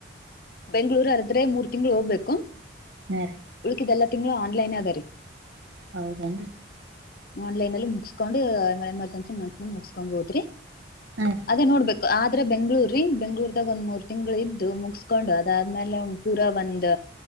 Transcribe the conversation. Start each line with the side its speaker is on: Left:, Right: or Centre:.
Left: ಬೆಂಳೂರು ಅರದ್ರೆ ಮೂರ್ ತಿಂಗಳು ಹೋಗ್ಬೇಕು
Right: ಹಾ ರೀ
Left: ಉಳಕಿದೆಲ್ಲ <unintelligible>
Right: <inaudible>
Left: ಆನ್ಲೈನ್ ಅಲ್ಲಿ ಮುಗಸ್ಕೊಂಡು ಆಮಲೆ ಎಮರ್ಜೆನ್ಸಿ ಮ ಮುಗಸ್ಕೊಂಡ್ ಹೋದ್ರಿ
Right: ಹಾ
Left: ಅದೇ ನೋಡ್ಬೇಕು ಆದ್ರೆ ಬೆಂಗ್ಳೂರ್ರೀ ಬೆಂಗ್ಳೂರ್ದಾಗ ಒಂದ್ ಮೂರ್ ತಿಂಗಳು ಇದ್ ಮುಗಸ್ಕೊಂಡು ಅದಾದ್ಮೇಲೆ ಒ ಪೂರ ಒಂದ್